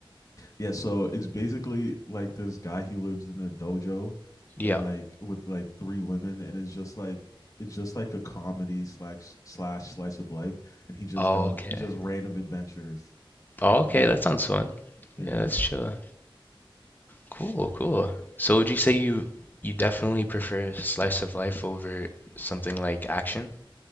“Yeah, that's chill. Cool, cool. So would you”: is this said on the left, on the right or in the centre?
Left